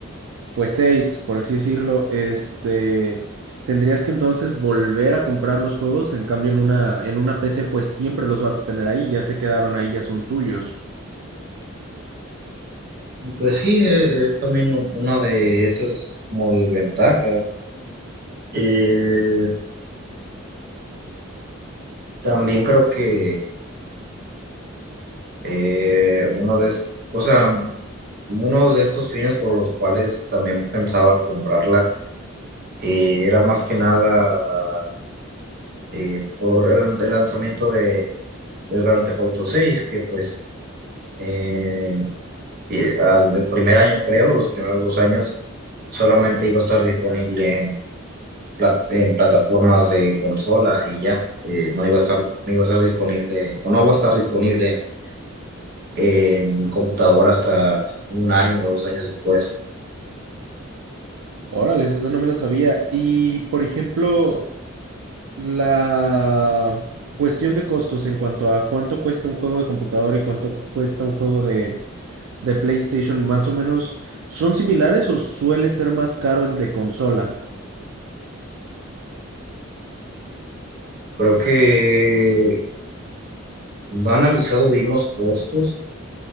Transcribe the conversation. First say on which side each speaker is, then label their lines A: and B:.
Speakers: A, on the right; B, on the right.
A: pues seis, por así decirlo, este, tendrías que entonces volver a comprar los juegos, en cambio en una, en una PC pues siempre los vas a tener ahí, ya se quedaron ahí, ya son tuyos.
B: pues sí, eh, es también u- una de esas como desventajas. Eh, también creo que Eh, uno de, es- o sea, uno de estos fines por los cuales también pensaba comprarla eh, era más que nada eh, por el, el lanzamiento de el Grand Theft Auto 6, que pues eh, eh, al- el primer año creo, los primeros dos años, solamente iba a estar disponible en, plat- en plataformas de consola y ya, eh, no iba a estar, no iba a estar disponible, o no va a estar disponible en, en computadora hasta un año o dos años después.
A: Órale, esa no me la sabía. Y por ejemplo, la cuestión de costos en cuanto a cuánto cuesta un juego de computador y cuánto cuesta un juego de, de PlayStation, más o menos, ¿son similares o suele ser más caro el de consola?
B: Creo que no he analizado bien los costos,